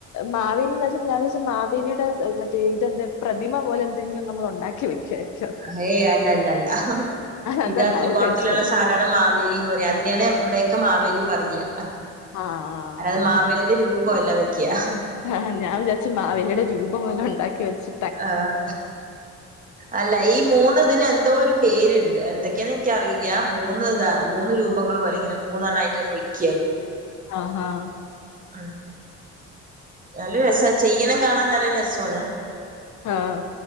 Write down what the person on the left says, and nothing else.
മാവേലി ന്ന് അടിച്പ്പോ ഞാൻ വിചാരിച്ചു മാവേലിയുടെ മറ്റേ ഇത് എന്തേം പ്രതിമ പോലെ എന്തെങ്കിലും നമ്മൾ ഉണ്ടാക്കി വയ് ക്ക്യാര്ക്കും.
അതാ
ഡൗട്ട്
അടിച്ചത്
ആഹ്
ആ.
ഹാ ഞാൻ വിചാര്ച്ചു മാവലിയുടെ രൂ പമെല്ലാം ഉണ്ടാക്കി വെച്ച്
ആഹാ
ആഹ്.